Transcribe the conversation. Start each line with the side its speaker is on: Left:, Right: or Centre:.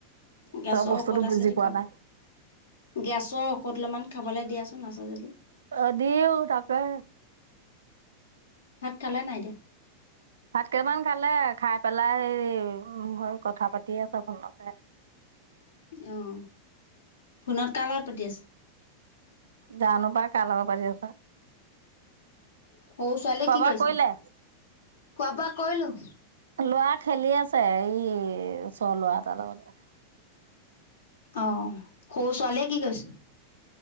Left: গেছৰ
Right: বস্তুটো
Left: ঔষদ আছে।
Right: বুজি
Left: গেছৰ
Right: পোৱা নাই।
Left: ঔষধ অলপমান খাবলে দিয়াচোন আছে যদি।
Right: অ দিওঁ তাকে।
Left: ভাত খালে নাই এতিয়া?
Right: ভাত কেইটামান খালে, খাই পেলাই সেই হৈ কথা পাতি আছ ফোনতে।
Left: অহ, ফোনত কাৰ লগত পাতি আছে?
Right: জানো পায় কালাৰ লগত পাতি আছে।
Left: সৌ ছোৱালীয়ে
Right: খোৱা
Left: কি
Right: বোৱা
Left: কৈছে?
Right: কৰিলে?
Left: খোৱা-বোৱা কৰিলোঁ।
Right: লৰা খেলি আছে এই ওচ লৰা এটাৰ লগতে।
Left: অঁ সৰু ছোৱালীয়ে কি কৈছে?